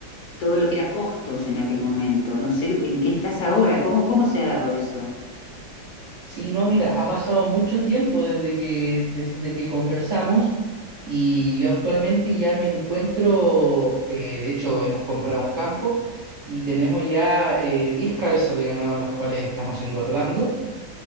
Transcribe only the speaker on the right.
Sí, no, mira, ha pasado mucho tiempo desde que, desde que conversamos y yo actualmente ya me encuentro, eh, de hecho hemos comprado un campo y tenemos ya eh, 10 cabezas de ganado las cuales estamos engordando